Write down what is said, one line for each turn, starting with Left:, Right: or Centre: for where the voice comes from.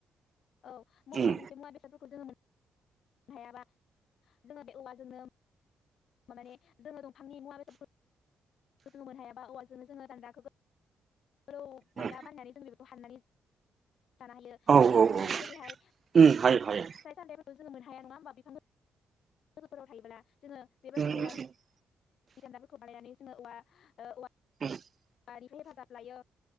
Left: औ बबेबा
Right: उम
Left: मोनसे मुवा बेसादफोरखौ जोङो मोनो। हायाबा जोङो बे औवाजोंनो। माने जोङो दंफांनि मुवा बेसादफोर जोङो मोननो हायाबा औवाजोंनो जोङो दान्दाखौबो गो दान्दा
Right: उम
Left: बानायनानै जों बेखौ हारनानै जायो <unintelligible> जानो हायो
Right: औ
Left: एक्जामपोल माने
Right: औ
Left: जेरैहाय। फिथाइ
Right: उम हायो हायो
Left: सामथायफोरबो जोङो मोननो हाया नङा होमबा बिफां लोगोफोराव थायोब्ला जोङो। बेबायदिनो
Right: उम उम
Left: औवानि
Right: उम
Left: दान्दाफोरखौ बानायनानै जोङो औवा।
Right: <unintelligible>
Left: हेफाजाब लायो